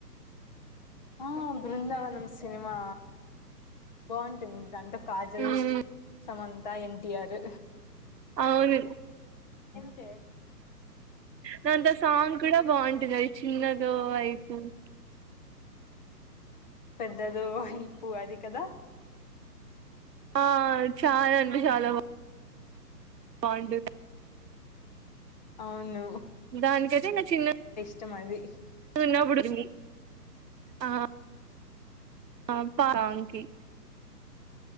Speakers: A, on the left (about 30°); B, on the right (about 80°).
A: ఆ బృందవనం సినిమా బాగుంటుంది దాంతో కాజల్
B: ఉమ్
A: సమంత ఎన్టీఆర్
B: అవును
A: త్
B: రాందస్ సాంగ్ కూడా బాగుంటది అది చిన్న దో అయిపోయిం
A: దాదో ఇపుూ అది కదా
B: ఆ చాలా అండి చాలా బా పాయింట్
A: అవును
B: దానికయితే ఇంకా చిన్న
A: ఇష్టమది
B: విన్నప్పుడు అ ఆ పాదానికి